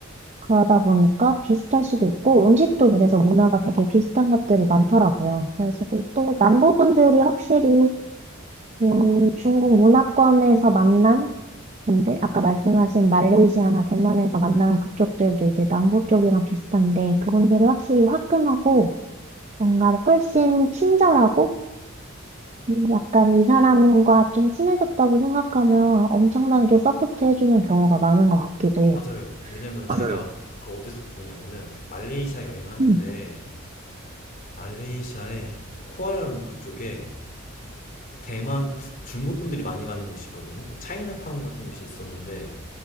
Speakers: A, on the right (about 35°); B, on the left (about 45°).
A: 그러다 보니까 비슷할 수도 있고 음식도 그래서 문화가 되게 비슷한 것들이 많더라고요. 그래서 그또 남부 분들이 확실히 음, 중국 문화권에서 만난 근데 아까 말씀하신 말레이시아나 대만에서 만난 그쪽들도 이제 남부 쪽이랑 비슷한데 그분들이 확실히 화끈하고 뭔가 훨씬 친절하고 음, 약간 이 사람과 좀 친해졌다고 생각하면 엄청나게 서포트 해주는 경우가 많은 것 같기도 해요.
B: 맞아요. 왜냐면 제가
A: 맞아요.
B: 그 어디서 듣느냐면은 말레이시아 여행하는데
A: 음,
B: 말레이시아의 쿠알라룸푸 쪽에 대만 그 중국 분들이 많이 가는 곳이 있거든요. 그 차이나타운 같은 곳이 있었는데